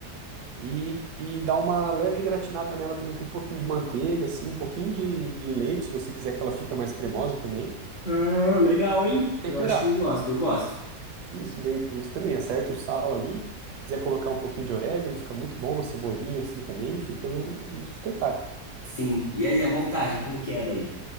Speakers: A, on the right (about 80°); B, on the left (about 45°).
A: e, e dar uma leve gratinada nela também com um pouquinho de manteiga, assim, um pouquinho de, de leite, se você quiser que ela fica mais cremosa também.
B: Ah, legal, hein?
A: Temperar.
B: Eu acho que eu gosto, eu gosto.
A: Isso, daí você também acerta o sal ali. Se quiser colocar um pouquinho de orégano, fica muito bom, uma cebolinha assim também, fica um um espetáculo.
B: Sim. E aí, a montagem, como que é daí?